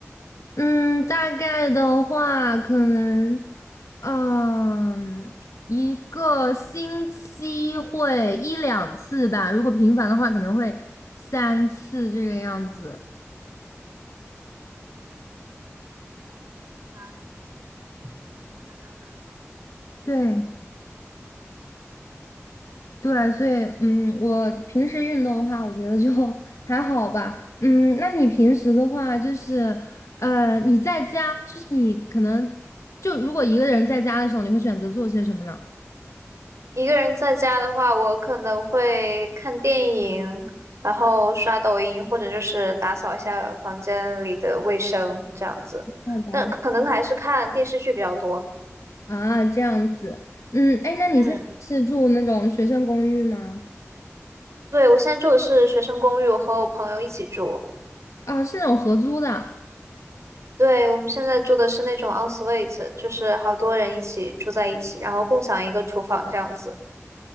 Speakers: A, on the left; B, on the right.
A: 嗯，大概的话，可能，嗯，一个星期会一两次吧。如果频繁的话，可能会三次这个样子。
B: 蛮轻松的，还蛮好的。
A: 对对，所以嗯，我平时运动的话，我觉得就 <laughs> 还好吧。嗯，那你平时的话，就是呃，你在家，就是你可能就如果一个人在家的时候，你会选择做些什么呢？
B: 一个人在家的话，我可能会看电影，然后刷抖音，或者就是打扫一下房间里的卫生这样子。
A: 哦打扫
B: 但可能还是看电视剧比较多。
A: 啊，这样子，嗯，哎，那你现在是住那种学生公寓吗？
B: 嗯，对，我现在住的是学生公寓，我和我朋友一起住。
A: 啊，是那种合租的。
B: 对，我们现在住的是那种 o n s u i t e 就是好多人一起住在一起，然后共享一个厨房这样子。